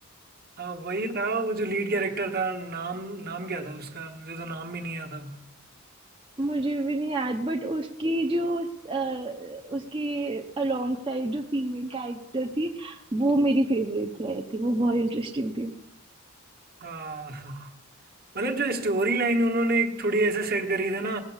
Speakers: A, on the right (about 50°); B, on the right (about 25°).
A: हाँ वही था वो जो लीड कैरेक्टर था नाम नाम क्या था उसका मुझे तो नाम भी नहीं याद अब
B: मुझे भी नहीं याद बट उसकी जो अ, उसके अलोंग साइड जो फीमेल कैरेक्टर थी वो मेरी फेवरेट थी आई थिंक वो बहुत इंटरेस्टिंग थी
A: हाँ मतलब जो स्टोरी लाइन उन्होंने थोड़ी ऐसे सेट करी थी ना